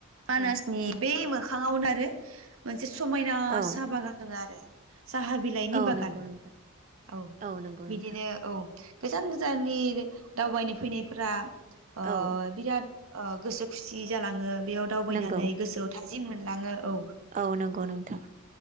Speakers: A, on the right; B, on the right.
A: मानासनि
B: औ
A: बे मोखांङावनो आरो मोन से समायना
B: औ
A: साहा बागान दोङो आरो साहा बिलाइनि
B: औ
A: बागान
B: नंगौ नोंथां
A: औ
B: नंगौ
A: बिदिनो
B: नोंथां
A: औ गोजान गोजाननि दावबायनो फैनायफोरा ओ
B: औ
A: बिराद ओ गोसो खुसि जालाङो बेयाव दावबायनानै
B: नंगौ
A: गोसोआव थायो जि मोनलाङो औ
B: औ नंगौ नोंथां